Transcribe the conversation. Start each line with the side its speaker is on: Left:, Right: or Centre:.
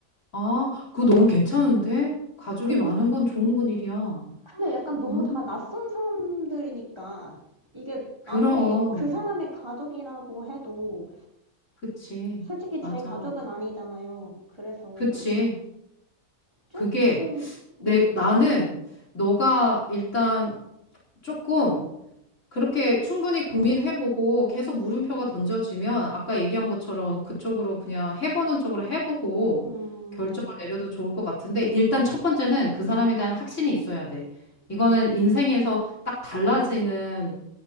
Left: 아, 그거 너무 괜찮은데? 가족이
Right: 근,
Left: 많은 건 좋은 건 일이야.
Right: 근데 약간 너무
Left: 음,
Right: 다 낯선 사람들이니까 이게
Left: 그럼.
Right: 아무리 그 사람의 가족이라고 해도
Left: 그치.
Right: 솔직히 제
Left: 맞아.
Right: 가족은 아니잖아요. 그래서
Left: 그치.
Right: 조금
Left: 그게 내,
Right: 네,
Left: 나는 너가 일단 조금 그렇게 충분히 고민해보고 계속 물음표가 던져지면 아까 얘기한 것처럼 그쪽으로 그냥 해보는 쪽으로 해보고
Right: 음,
Left: 결정을
Right: 네,
Left: 내려도 좋을 것 같은데 일단 첫 번째는 그 사람에 대한 확신이 있어야 돼. 이거는
Right: 음,
Left: 인생에서 딱 달라지는